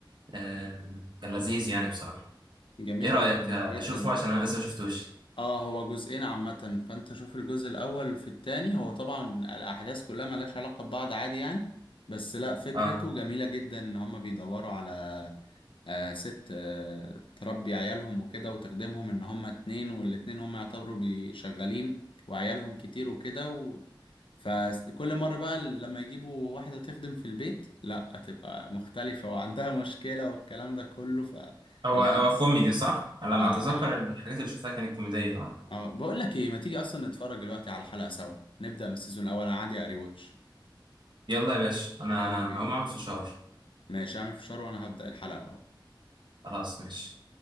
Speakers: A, on the right; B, on the left.
A: آه، كان لذيذ يعني بصراحة
B: جميل
A: إيه رأيك
B: جدا
A: آه،
B: جدا
A: أشوفه عشان أنا لسه ما شفتوش
B: اه هو جزئين عامة فانت شوف الجزء الاول في التاني هو طبعا الاحداث كلها ملهاش علاقة ببعض عادي يعني بس لا فكرته
A: أه
B: جميلة جدا ان هما بيدوروا على آه، ست آه، تربي عيالهم وكده وتخدمهم ان هما اتنين والاتنين هما يعتبروا بي- شغالين وعيالهم كتير وكده و... فكل مرة بقى لما يجيبوا واحدة تخدم في البيت لا هتبقى مختلفة وعندها <laughs> مشكلة والكلام ده كله فالحدث
A: هو هو كوميدي صح؟ على
B: اه
A: ما أتذكر
B: اه
A: الحاجات اللي شفتها كانت كوميدية اه
B: اه بقول لك ايه ما تيجي اصلا نتفرج دلوقتي على الحلقة سوا نبدأ من السيزون الاول انا عادي اري واتش
A: يلا يا باشا أنا
B: يلا بينا
A: هقوم أعمل فشار
B: ماشي اعمل فشار وانا هبدأ الحلقة اهو
A: خلاص ماشي